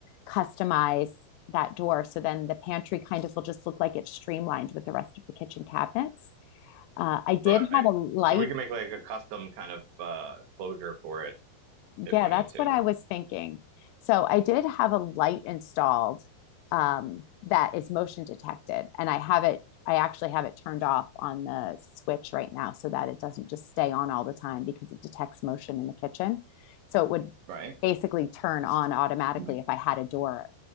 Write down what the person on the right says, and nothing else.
Right.
So we can make like a custom kind of uh closure for it if
we
need to,
right?
Mhm.